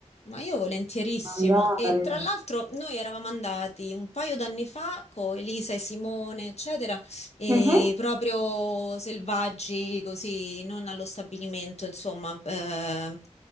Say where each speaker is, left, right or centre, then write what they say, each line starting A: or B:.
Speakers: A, on the left (about 60°); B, on the right (about 25°).
A: Ma io volentierissimo.
B: ad andare.
A: E tra l'altro noi eravamo andati un paio d'anni fa con Elisa e Simone, eccetera, e
B: Mhm.
A: proprio selvaggi, così, non allo stabilimento, insomma, eh,